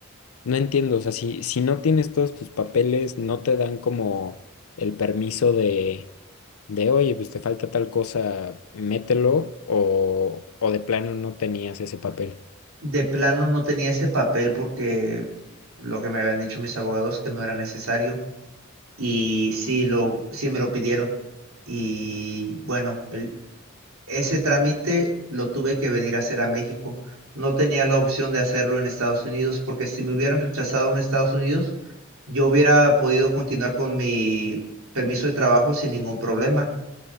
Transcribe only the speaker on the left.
no entiendo, o sea, si, si no tienes todos tus papeles, no te dan como el permiso de, de, oye, pues te falta tal cosa, mételo, o, o de plano no tenías ese papel.